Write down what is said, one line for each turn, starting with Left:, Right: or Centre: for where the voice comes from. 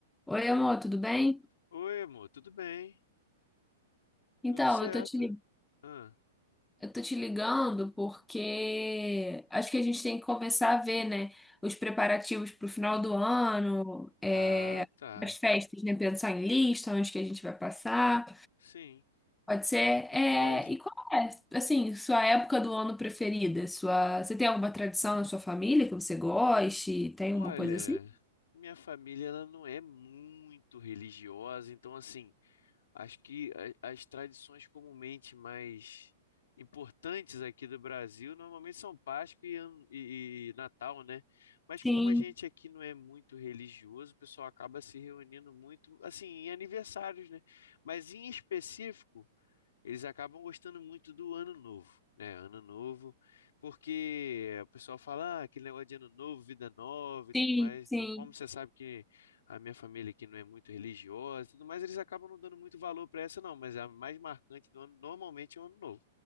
Centre: Oi, amor, tudo bem?
Left: Oi, amor, tudo bem?
Centre: Então,
Left: Tudo certo?
Centre: eu tô te, li-
Left: Ah,
Centre: eu tô te ligando porque acho que a gente tem que começar a ver, né, os preparativos pro final do ano, é,
Left: ah, tá.
Centre: as festas, né, pensar em lista, onde que a gente vai passar,
Left: Sim,
Centre: pode ser. É,
Left: pode.
Centre: e qual é, assim, sua época do ano preferida? Sua, você tem alguma tradição na sua família que você goste? Tem alguma
Left: Olha,
Centre: coisa assim?
Left: minha família ela não é muito religiosa, então assim, acho que a- as tradições comumente mais importantes aqui do Brasil normalmente são Páscoa e, Ano- e- e Natal, né? Mas
Centre: Sim,
Left: como a gente aqui não é muito religioso, o pessoal acaba se reunindo muito, assim, em aniversários, né? Mas em específico eles acabam gostando muito do Ano Novo, né? Ano Novo, porque o pessoal fala ah, aquele negócio de Ano Novo, vida nova e tudo
Centre: sim,
Left: mais.
Centre: sim.
Left: Então, como você sabe que a minha família aqui não é muito religiosa e tudo mais, eles acabam não dando muito valor para essa, não. Mas a mais marcante do ano normalmente é o Ano Novo.